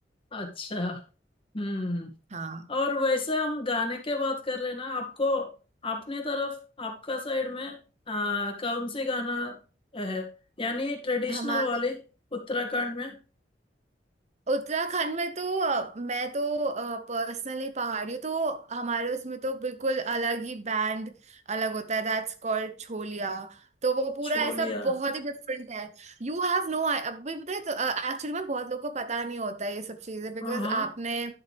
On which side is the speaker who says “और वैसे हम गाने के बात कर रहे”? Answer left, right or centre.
Left